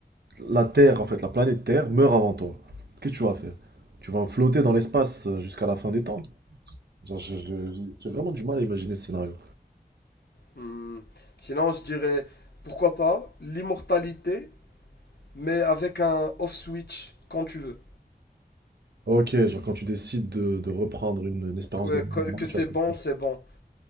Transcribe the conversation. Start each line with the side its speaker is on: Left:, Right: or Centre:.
Right: la Terre, en fait, la planète Terre meurt avant toi, qu'est-ce que tu vas faire? Tu vas flotter dans l'espace euh, jusqu'à la fin des temps? Genre, je- je- je- j'ai vraiment du mal à imaginer ce scénario.
Left: Hmm. Sinon, je dirais, pourquoi pas l'immortalité, mais avec un off-switch quand tu veux.
Right: Ok, genre quand tu décides de, de reprendre une, une espérance
Left: Ouais,
Right: de vie
Left: que
Right: normale,
Left: que c'est
Right: tu vas flotter.
Left: bon, c'est bon.